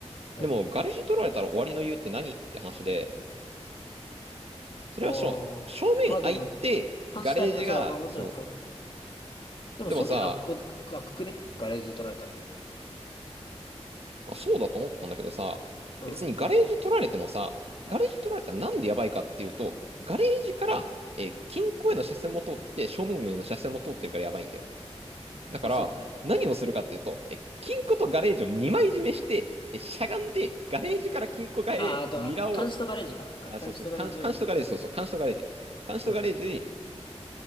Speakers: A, on the left; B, on the right.
A: うん。
B: う。でも、ガレージ取られたら終わりの理由って何って話で、それはしょ正面開いて、
A: ああ。まあでも、半死大変、
B: ガレージが、
A: あ、そう、まあもちろんか、
B: そ
A: でも正面開くこ、
B: う。でもさ、
A: 開くくねガレージ取られたら。
B: あそうだと思ったんだけどさ、
A: うん。
B: 別にガレージ取られてもさ、ガレージ取られたらなんでやばいかっていうと、ガレージから、えー金庫への車線も通ってて、正面への車線も通ってるからやばいんだよ。だから、
A: まあそうだね。
B: 何をするかっていうと、え金庫とガレージを2枚締めして、えしゃがんで、ガレージから金庫側へミラーを、
A: ああ、あと、あ、監視とガレージか。か監視とガレージを2枚。
B: あ、そうそう、監視、監視とガレージ、そうそう、監視とガレージ、監視とガレージに
A: うん。